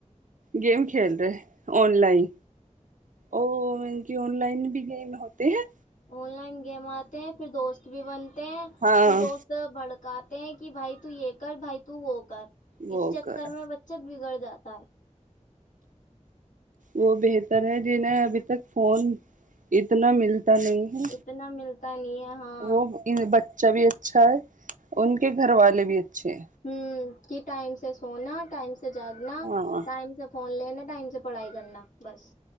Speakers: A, on the right (about 85°); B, on the left (about 80°).
A: گیم کھیل رہا ہے آن لائن ا مط کی آن لائن بھی گیم ہوتے ہیں
B: آن لائن گیم آتے ہیں پھر دوست بھی بن
A: ہاں
B: پھر دوست بھڑکات ہیں کہ بھائی تو یہ کر بھائی تو وہ کر
A: وہ
B: اسی چکر
A: کر
B: میں بچت بگڑ جاتا ہے
A: وہ بہتر ہے جنہیں ابھی تک فون اتنا ملتا پ نہیں ہے
B: اتنا ملتا نہیں ہے ہاں
A: وہ ب ا بھی اچھا ہے ان کے گھر والے بھی اچ چھ
B: ہوں کہ ٹائم سے سونا ٹائم سے جاگنا
A: ہاں
B: ٹائم سب فون لے نا ٹائم سے پڑھائی کرنا بس